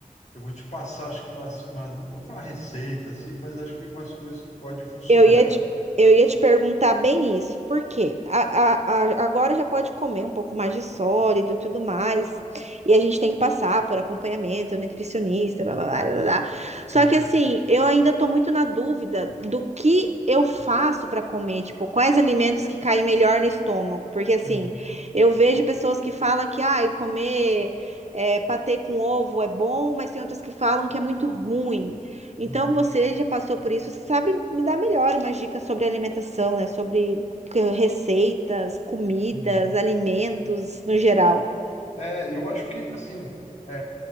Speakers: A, on the left; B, on the right.
A: eu vou te passar, acho que umas, umas, não vou falar receita, assim, mas acho que umas coisas que podem funcionar.
B: Eu ia te, eu ia te perguntar bem isso, porque agora já pode comer um pouco mais de sólido e tudo mais, e a gente tem que passar por acompanhamento, nutricionista, blá, blá, blá, blá, blá. Só
A: Uhum,
B: que assim, eu ainda tô muito na dúvida do que eu faço para comer, tipo, quais alimentos que caem melhor no estômago, porque assim,
A: uhum,
B: eu vejo pessoas que falam que, ai, comer é, patê com ovo é bom, mas tem outras que falam que é muito ruim. Então
A: uhum,
B: você já passou por isso, você sabe me dar melhor umas dicas sobre alimentação, né? Sobre que- receitas, comidas,
A: uhum.
B: alimentos no geral.
A: É, eu acho que, assim, é,